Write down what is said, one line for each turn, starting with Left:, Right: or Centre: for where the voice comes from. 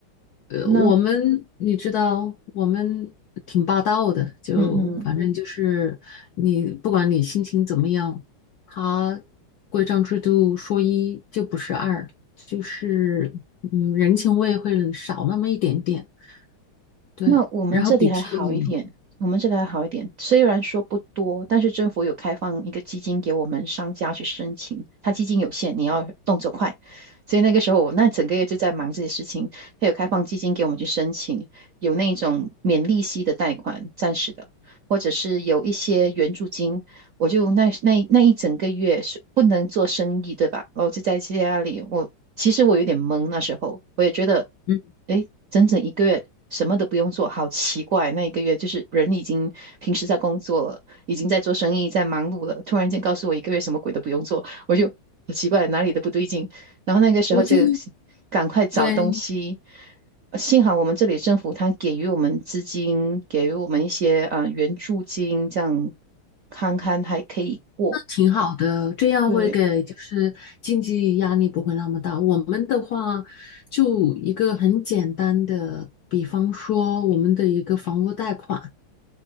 Left: 呃，
Right: 那，
Left: 我们你知道，我们挺霸道的，就反正就是你不管你心情怎么样，
Right: 嗯嗯
Left: 他规章制度说一就不是二，就是嗯人情味会少那么一点点，对，
Right: 那我们这里还好一点，
Left: 然后补贴也没有，
Right: 我们这里还好一点，虽然说不多，但是政府有开放一个基金给我们商家去申请，它基金有限，你要动作快，所以那个时候我那整个月就在忙这些事情，它有开放基金给我们去申请，有那种免利息的贷款，暂时的，或者是有一些援助金，我就那那那一整个月是不能做生意，对吧？然后我就在家里，我其实我有点懵，那时候我也觉得，
Left: 嗯，
Right: 诶，整整一个月什么都不用做，好奇怪。那一个月就是人已经平时在工作了，已经在做生意，在忙碌了，突然间告诉我一个月什么鬼都不用做，我就好奇怪，哪里都不对劲。然后那个时候就
Left: 我就。
Right: 赶快找东西。
Left: 对，
Right: 幸好我们这里政府它给予我们资金，给予我们一些啊、呃援助金，这样看看还可以过。
Left: 挺好的，这样会给就是经济压力不会那么大。
Right: 对，
Left: 我们的话，就一个很简单的，比方说我们的一个房屋贷款，